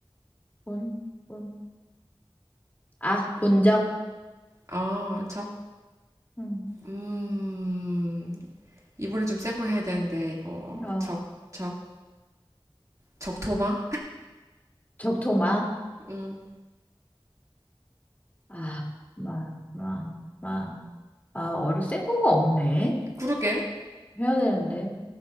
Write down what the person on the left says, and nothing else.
본, 본. 아, 본적?
음,
어.
적토마?
아, 마, 마, 마. 아, 어류 센 거가 없네.
해야 되는데.